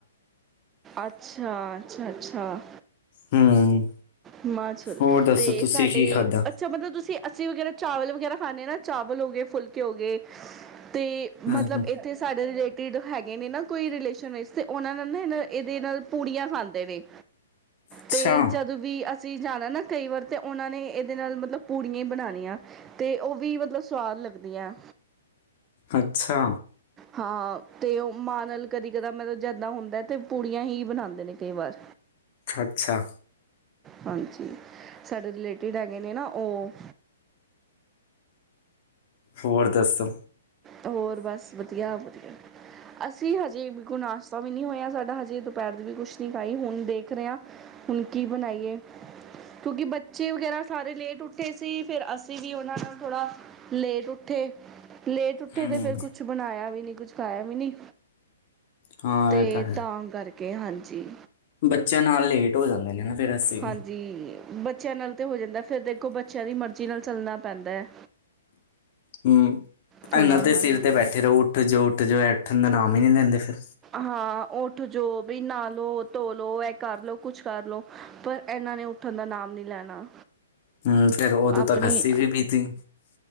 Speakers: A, on the right (about 20°); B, on the left (about 50°).
A: ਅੱਛਾ ਅੱਛਾ ਅੱਛਾ।
B: ਹੂੰ
A: ਮਾਹ ਛੋਲੇ
B: ਹੋਰ ਦੱਸੋ ਤੁਸੀਂ
A: ਸਾਡੇ
B: ਕੀ ਖਾਧਾ
A: ਅੱਛਾ ਮਤਲਬ ਤੁਸੀਂ ਅਸੀਂ ਵਗੈਰਾ ਚਾਵਲ ਵਗੈਰਾ ਖਾਂਦੇ ਹਾਂ ਨਾ ਚਾਵਲ ਹੋ ਗਏ ਫੁਲਕੇ ਹੋ ਗਏ। ਅਤੇ
B: ਹੂੰ
A: ਮਤਲਬ
B: ਹੂੰ
A: ਇੱਥੇ ਸਾਡੇ ਰਿਲੇਟ ਤੇ ਦੇ ਹੈਗੇ ਨੇ ਨਾ ਕੋਈ ਰਿਲੇਸ਼ਨ ਵਿੱਚ ਤੇ ਉਹਨਾਂ ਨੇ ਨਾ ਇਹਨਾਂ ਇਹਦੇ ਨਾਲ ਪੂੜੀਆਂ ਖਾਂਦੇ ਨੇ
B: ਅੱਛਾ
A: ਤੇ ਜਦੋਂ ਵੀ ਅਸੀਂ ਅਸੀਂ ਜਾਣਾ ਨਾ ਕਈ ਵਾਰ ਤਾਂ ਉਹਨਾਂ ਨੇ ਇਹਦੇ ਨਾਲ ਮਤਲਬ ਪੂੜੀਆਂ ਹੀ ਬਣਾਉਣੀਆਂ ਤੇ ਉਹ ਵੀ ਮਤਲਬ ਸਵਾਦ ਲੱਗਦੀਆਂ।
B: ਅੱਛਾ।
A: ਹਾਂ ਤੇ ਮਾਣਲ ਕਦੀ ਕਦਾ ਮਿਲ ਜਾਦਾ ਹੁਣ ਤੇ ਪੁੂੜੀਆਂ ਹੀ ਬਣਾਉਂਦੇ ਨੇ ਕਈ ਵਾਰ।
B: ਅੱਛਾ ਅੱਛਾ
A: ਹਾਂਜੀ ਸਾਡੇ ਰਿਲੇਟਿਡ ਹੈਗੇ ਨੇ ਨਾ। ਉਹ
B: ਹੋਰ ਦਸੋ
A: ਹੋਰ ਬਸ ਵਧੀਆ ਵਧੀਆ ਅਸੀਂ ਹਜੇ ਬਿਲਕੁਲ ਨਾਸ਼ਤਾ ਵੀ ਨਹੀਂ ਹੋਇਆ ਸਾਡਾ ਹਜੇ ਦੁਪਹਿਰ ਦੀ ਵੀ ਕੁਛ ਨੀ ਖਾਈ ਹੁਣ ਦੇਖ ਰਹੇ ਹ ਹੁਣ ਕੀ ਬਣਾਈਏ ਕਿਉਂਕਿ ਬੱਚੇ ਵਗੈਰਾ ਸਾਰੇ ਲੇਟ ਉੱਠੇ ਸੀ ਫਿਰ ਅਸੀਂ ਵੀ ਉਹਨਾਂ ਨਾਲ ਥੋੜਾ ਲੇਟ ਉੱਠੇ ਲੇਟ ਤੇ
B: ਹੂੰ
A: ਫੇਰ ਕੁਛ ਬਣਾਇਆ ਵੀ ਨੀ ਤੇ ਕੁਝ ਖਾਇਆ ਵੀ ਨੀ
B: ਹਾਂ
A: ਤੇ
B: ਇਹ ਹੈ
A: ਤਾਂ ਕਰਕੇ ਕਿਹ ਹਾਂਜੀ।
B: ਬੱਚਿਆਂ ਨਾਲ ਲੇਟ ਹੋ ਜਾਂਦੇ ਨੇ ਨਾ। ਫਿਰ ਅਸੀਂ
A: ਹਾਂਜੀ
B: ਵੀ।
A: ਬੱਚੇ। ਬੱਚਿਆਂ ਨਾਲ ਤੇ ਹੋ ਜਾਂਦਾ ਫੇਰ ਦੇਖੋ ਬੱਚਿਆਂ ਦੀ ਮਰਜ਼ੀ ਨਾਲ ਚੱਲਣਾ ਪੈਂਦਾ ਹੈ।
B: ਹੂੰ।
A: ਥੋੜ੍ਹਾ
B: ਇਨਾਂ ਦੇ
A: ਹਾਂਜੀ
B: ਸਿਰ ਤੇ ਬੈਠੇ ਰਹੋ ਉੱਠ ਜੋ ਉੱਠ ਜੋ। ਉੱਠਣ ਦਾ ਨਾਮ ਹੀ ਨਹੀਂ ਲੈਂਦੇ ਫੇਰ।
A: ਹਾਂ ਉੱਠ ਜੋ ਵੀ ਨਾ ਲੋ ਧੋ ਲੋ ਇਹ ਕਰ ਲੋ ਕੁਛ ਕਰ ਲੋ ਪਰ ਇਹਨਾਂ ਨੇ ਉੱਠਣ ਦਾ ਨਾਮ ਨੀ ਲੈਣਾ।
B: ਹੂੰ ਫੇਰ ਉਦੋਂ
A: ਆਪਣੀ
B: ਤਾਂ ਲੱਸੀ ਵੀ ਪੀਤੀ।